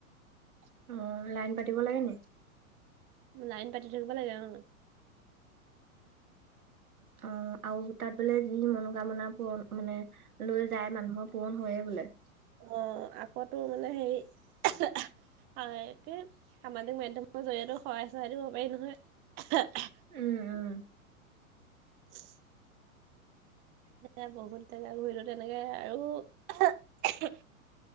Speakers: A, on the right (about 80°); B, on the right (about 25°).
A: অঁ, লাইন পাতিব লাগে নি?
B: লাইন পাতি থাকিব লাগে অঁ।
A: অঁ, আৰু তাত বোলে যি মনোকামনা পূৰণ মানে লৈ যায় মানুহৰ পুৰণ হয়য়ে বোলে।
B: অঁ, আকৌ তো মানে হেৰি। একে সামাজিক মাধ্যমৰ জৰিয়তে শৰাই চৰাই দিব পাৰি নহয়।
A: উম উম।
B: <unintelligible> যে বহুত জেগা ঘূৰিলো তেনেকে আৰু